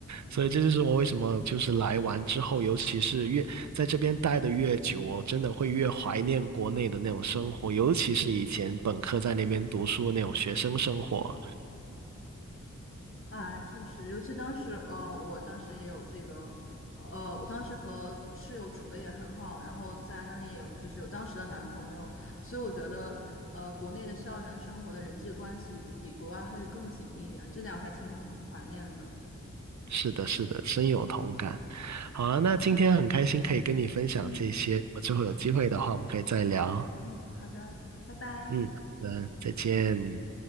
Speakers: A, on the right; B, on the left.
A: 所以这就是我为什么就是来完之后，尤其是越在这边待的越久哦，我真的会越怀念国内的那种生活，尤其是以前本科在那边读书的那种学生生活。
B: 啊，确实，尤其当时，呃，我当时也有这个，呃，我当时和室友处的也很好，然后在那里也有就是有当时的男朋友，所以我觉得，呃，国内的校园生活的人际关系比比国外还会更紧密一点，这点我还挺挺怀念的。
A: 是的，是的，深有同感。好了，那今天很开心可以跟你分享这些，
B: 嗯
A: 我之后有机会的话，
B: 嗯，
A: 我们可以再聊。
B: 嗯好的，拜拜。
A: 嗯，好的，再见。